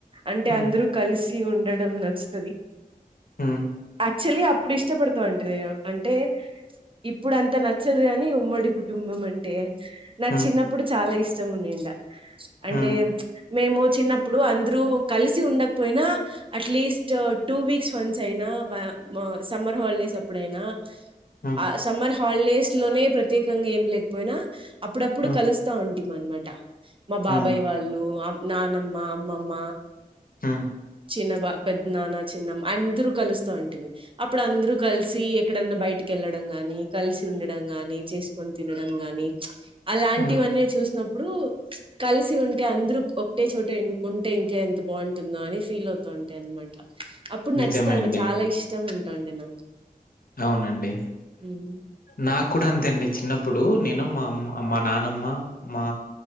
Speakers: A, on the right (about 35°); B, on the left (about 70°).
A: అంటే
B: హ్మ్.
A: అందరూ కల్సి ఉండడం నచ్చుతది.
B: హ్మ్.
A: యాక్చువల్లీ అప్పుడు ఇష్టపడుతా ఉంటి నేను అంటే ఇప్పుడంత నచ్చదు గని ఉమ్మడి కుటుంబం అంటే నా
B: హ్మ్.
A: చిన్నప్ ప్పుడు చాలా ఇష్టం ఉనిండ అంటే
B: హ్మ్.
A: మేము చిన్నప్పుడు అందరూ కల్సి ఉండక్ పోయినా అట్లీస్ట్ టూ వీక్స్ వన్సయినా వా సమ్మర్ హాల్డేస్ అప్పుడైనా
B: హ్మ్.
A: ఆ సమ్మర్ హాల్డేస్లోనే ప్రత్యేకంగా ఏం లేకపోయినా అప్పుడప్పుడు
B: హ్మ్.
A: కలుస్ ఉంటం అనమాట మా బాబాయ్
B: హ్మ్.
A: వాళ్ళు నానమ్మ అమ్మమ్మ.
B: ఉమ్.
A: చిన్న బా పెద్ద నాన్న చిన్నమ్మ అందరు కలుస్తుంటిమి అప్పుడు అందరు కలిసి ఎక్కడైన్నా బయటికి. వెళ్ళడం కాని కలిసి ఉండడం గాని చేసుకొని తినడం గాని ప్చ్ ఆహ్.
B: హ్మ్.
A: ఇటివన్నీ చూసినప్పుడు. కలిసి ఉంటే అందరు ఒకటే చోట ఉంటే ఇంకే ఎంత బాగుంటుందో అని ఫీల్ అవుతా ఉంటి అనమాట. అప్పుడు నచ్చుతుంది
B: నిజమే అండి.
A: చాలా ఇష్టం ఉంటుంది నాకు.
B: అవునండి
A: హ్మ్.
B: నాకు కూడా అంతే అండి చిన్నప్పుడు నేను. నానమ్మ మా అమ్మ మా నానమ్మ మా.